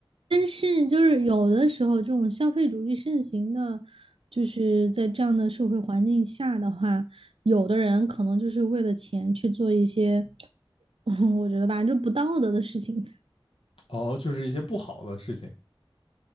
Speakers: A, on the right (about 85°); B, on the left (about 80°).
A: 但是就是有的时候，这种消费主义盛行的，就是在这样的社会环境下的话，有的人可能就是为了钱去做一些，<laughs> 嗯我觉得吧，就不道德的事情。
B: 哦，就是一些不好的事情，